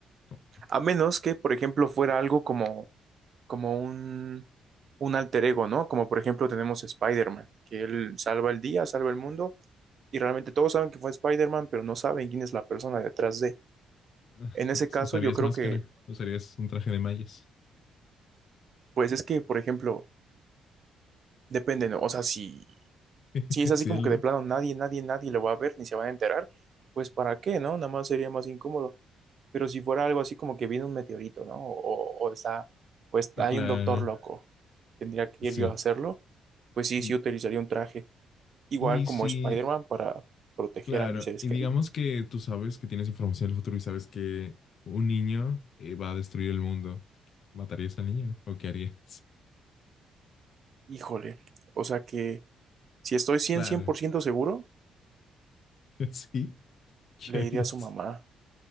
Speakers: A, on the left (about 60°); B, on the right (about 55°).
A: ¿Cómo?
B: A menos que, por ejemplo, fuera algo como, como un, un alter ego, ¿no? Como por ejemplo tenemos Spider-Man, que él salva el día, salva el mundo, y realmente todos saben que fue Spider-Man, pero no saben quién es la persona detrás de.
A: <laughs>
B: En ese caso,
A: ¿Usarías
B: yo creo
A: máscara?
B: que
A: ¿Usarías un traje de mallas?
B: Pues es que, por ejemplo, depende, ¿no? O sea, si,
A: <laughs>
B: si es así
A: Sí,
B: como
A: lo-
B: que de plano nadie, nadie, nadie lo va a ver ni se van a enterar, pues ¿para qué, no? Nada más sería más incómodo. Pero si fuera algo así como que viene un meteorito, ¿no? O, o está, pues hay
A: claro.
B: un doctor loco, tendría que
A: Sí.
B: ir yo a hacerlo, pues sí,
A: Di-
B: sí utilizaría un traje, igual
A: Y
B: como
A: si
B: Spider-Man para proteger
A: Claro,
B: a mis seres
A: y
B: queridos.
A: digamos que tú sabes que tienes información del futuro y sabes que un niño eh, va a destruir el mundo. ¿Matarías al niño o qué harías?
B: Híjole, o sea que si estoy cien
A: Claro,
B: cien por ciento seguro,
A: <laughs> sí, ¿qué
B: le
A: harías?
B: diría a su mamá.